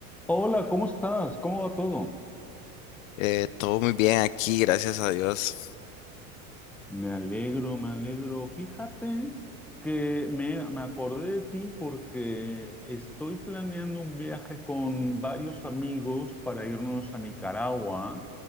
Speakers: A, in the centre; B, on the left.
A: Hola, ¿cómo estás? ¿Cómo va todo?
B: Eh, todo muy bien aquí, gracias a Dios.
A: Me alegro, me alegro. Fíjate que me, me acordé de ti porque estoy planeando un viaje con varios amigos para irnos a Nicaragua,